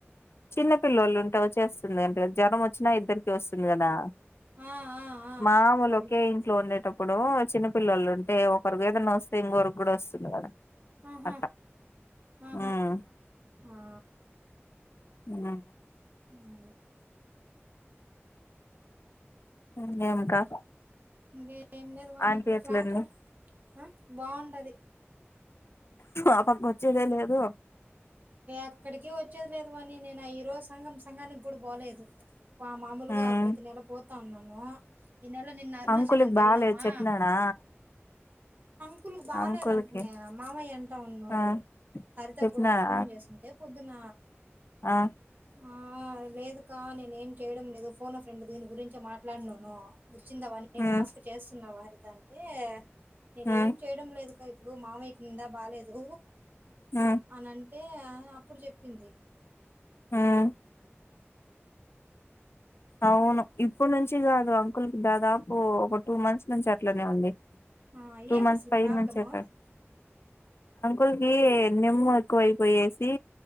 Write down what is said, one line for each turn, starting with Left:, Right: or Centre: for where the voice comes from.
Left: చిన్న పిల్లలు ఉంటే వచ్చేస్తుంది అంటే జ్వరం వచ్చినా ఇద్దరికి వస్తుంది కదా
Right: ఆ ఆ ఆ
Left: మాముూలుకే
Right: వాళ్ళు
Left: ఇంట్లో ఉండట ఇప్పుడు చిన్న పిల్లలు ఉంటే ఒకరుకి ఏదైనా వస్తే ఇంకొరకు కూడా వస్తుంది కదా
Right: ఆాహాాహా
Left: అట్లా ఉమ్
Right: ఆ
Left: ఆ
Right: అ
Left: ఇంకేంకా
Right: ఇంకే ఏం లేదు వానీ
Left: ఆంటీ ఎట్లుంది
Right: ఫ్లాట్ారు ఆ బాగుండది
Left: ఆ పక్క వచ్చేలే లేదు
Right: అక్కడికి వచ్చేది లేదు అని నేను ఆ ఈ రోజు సంఘం సంఘానికి కూడా పోలేదు పా మాములుగా
Left: ఉమ్
Right: ప్రతినెల పోతా అననను ఇనెలా నిన్న అరుణాచలంగా
Left: అంకుల్కి
Right: కెల్నమ్మా
Left: బాలేదు చెప్పినాడా
Right: స్కూల్ బాలేదుంటున్నాయా
Left: అంకుల్కి
Right: మామయ్య ఎంట ఉన్నారు
Left: ఆ
Right: హరిత
Left: చెప్పినాడా
Right: కి కూడా ఫోన్ చేసింటే పొద్దున
Left: ఆ
Right: ఆ లేదు కా నేనే ఏం చేయడం లేదు ఫోన్ ఫ్రెండ్ దీని గురించి మాట్లాడినను వచ్చిందవన్నీ
Left: ఉమ్
Right: టాస్క్ చేస్తున్న హరిత అంటే నేను
Left: ఉమ్
Right: ఏం చేయడం లేదు కా ఇప్పుడు మామయ్యకి నింద బాలలేదు
Left: ఆ
Right: అని అంటే అప్పుడు చెప్పింది
Left: ఉమ్ అవును ఇప్పుడు నుంచి కాదు అంకుల్ దాదాపు ఒక టూ మంత్స్ నుంచి అట్లనే ఉంది
Right: ఆ
Left: టూ
Right: ఏం
Left: మంత్స్
Right: అసలు
Left: ఫై
Right: ప్రాబ్లము
Left: మంత్ చెప్పాారు అంకుల్కి నిమ్ము ఎక్కువైపోయేసి